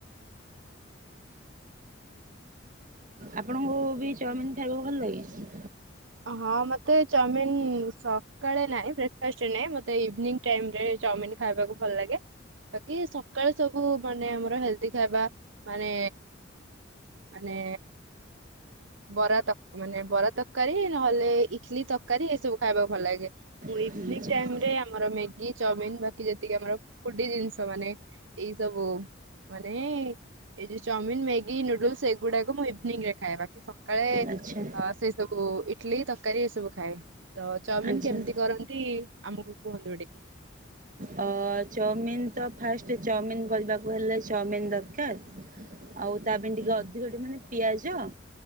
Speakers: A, on the right; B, on the right.
A: ଆପଣଙ୍କୁ ବି ଚାଉମିିନ ଖାଇବାକୁ ଭଲ ଲାଗେ?
B: ହଁ ମୋତେ ଚାଉମିିନ ସକାଳେ ନାହିଁ ବ୍ରେକଫାଷ୍ଟ ରେ ନାହିଁ ମତେ ଇଭିନିଂ ଟାଇମ୍ ରେ ଚାଉମିନ ଖାଇବାକୁ ଭଲ ଲାଗେ? ବାକି ସକାଳେ ସବୁ ମାନେ ଆମର ହେଲଦି ଖାଇବା ମାନେ ମାନେ ବରା ତ ମାନେ ବରା ତକ ତରକାରୀ ନହେଲେ ଇଟଲି ତରକାରୀ ଏସବୁ ଖାଇବାକୁ ଭଲ ଲାଗେ। ମୁଁ
A: ଆଚ୍ଛା
B: ଇଭନିଙ୍ଗ୍ ଟାଇମ ରେ ଆମର ମେଗି, ଚାଉମିନ, ବାକି ଯେତିକି ଆମର ଫୁଡି ଜିନିଷ ମାନେ ଏଇ ସବୁ ମାନେ ଏଇ ଯୋଉ ଚାଉମିିନ, ମେଗି, ନୁଡୁଲସ୍ ଏଗୁଡାକୁ ମୁଁ ଇଭିନିଂ ରେ ଖାଏ ବା ସକାଳେ ଅ
A: ଆଚ୍ଛା
B: ସେ ସବୁ ଇଟଲି ତରକାରୀ ଏ ସବୁ ଖାଏ। ତ ଚାଉମିିନ
A: ଆଚ୍ଛା।
B: କେମିତି କରନ୍ତି ଆମକୁ କୁହନ୍ତୁ ଟିକେ।
A: ଅ ଚଉମିିନ ତ ଫାଷ୍ଟ ଚଉମିିନ ଗଲବାକୁ ହେଲେ ଚଉମିିନ ଦରକାର। ଆଉ ତା ପାଇଁ ଟିକେ
B: ହୁଁ
A: ଅଧିକ ଟି ମାନେ ପିଆଜ